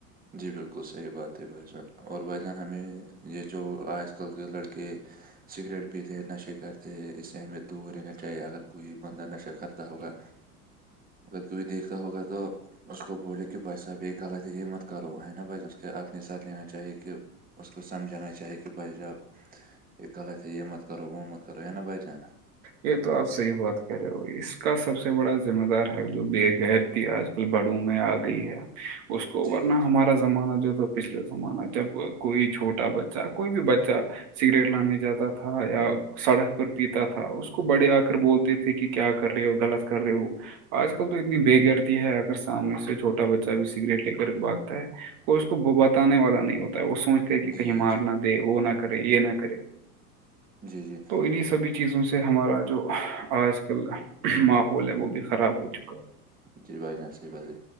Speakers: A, on the right; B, on the right.
A: جی بالکل صحیح بات ہے بھائی جان اور بھائی جان ہمیں یہ جو آج کل کے لڑکے سگریٹ پیتے ہیں نشے کرتے ہیں اس سے ہمیں دور رہنا چاہیے اگر کوئی بندہ نشہ کرتا ہوگا
B: <inaudible>
A: اگر کوئی دیکھتا ہوگا تو اس کو بولے کہ بھائی صاحب یہ غلط ہے یہ مت کرو ہے نا بھائی جان اس کو اپنے ساتھ لینا چاہیے کہ اس کو سمجھانا چاہیے کہ بھائی جان یہ غلط ہے یہ مت کرو وہ مت کرو ہے نا بھائی جان
B: یہ تو آپ صحیح بات کہہ رہے ہو اس کا سب سے بڑا ذمہ دار ہے جو بے گیر بغیرتی آج کل بڑھوں میں آ گئی ہے اس کو
A: جی
B: ورنہ ہمارا زمانہ جو تھا پچھلے زمانہ جب کوئی چھوٹا بچہ کوئی بھی بچہ سگریٹ لانے جاتا تھا یا سڑک پر پیتا تھا اس کو بڑے آ کر بولتے تھے کہ کیا کر رہے ہو غلط کر رہے ہو آج کل تو اتنی بےغیرتی ہے اگر سامنے سے چھوٹا بچہ بھی سگریٹ لے کر باگتا ہے کوئی اس کو بتانے والا نہیں ہوتا ہے وہ سوچتے کہ
A: جی
B: کہیں مار
A: جی
B: نہ دے وہ نہ کرے یہ نہ کرے
A: جی جی
B: تو انہیں سبھی چیزوں سے ہمارا جو آج کل ماحول ہے وہ بھی خراب ہو چکا <inaudible>
A: جی بھائی جان صحیح بات ہے